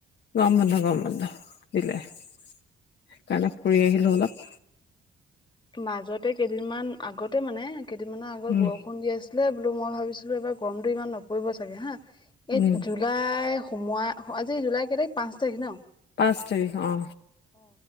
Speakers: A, on the left (about 60°); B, on the left (about 25°).
A: গৰম বন্ধ গৰম বন্ধ দিলে সেইকাৰণে ফুৰি আহিলোঁ অলপ।
B: মাজতে কেইদিনমান আগতে মানে কেইদিনৰ আগত
A: উম
B: বৰষুণ দি আছ আছিলে বোলো মই ভাবিছিলো এইবাৰ গৰমটো ইমান নপৰিব চাগে হা এই
A: উম
B: জুলাই সোমোৱা অ আজি জুলাই কে তাৰিখ পাঁচ তাৰিখ ন।
A: পাঁচ তাৰিখ অ
B: অ